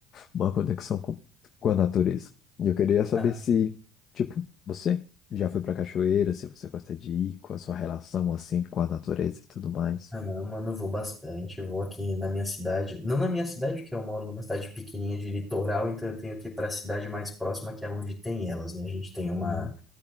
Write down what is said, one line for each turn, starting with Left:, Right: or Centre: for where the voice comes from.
Left: uma conexão com, com a natureza. E eu queria saber
Centre: ah,
Left: se, tipo, você já foi pra cachoeira, se você gosta de ir, com a sua relação, assim, com a natureza e tudo mais.
Centre: ah, mano, eu vou bastante. Eu vou aqui na minha cidade, não na minha cidade, porque eu moro numa cidade pequenininha de litoral, então eu tenho que ir para a cidade mais próxima, que é onde tem elas, né? A gente tem uma
Left: Hum,